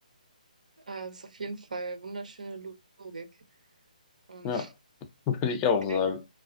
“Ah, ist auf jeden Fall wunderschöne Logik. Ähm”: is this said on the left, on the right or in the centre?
Right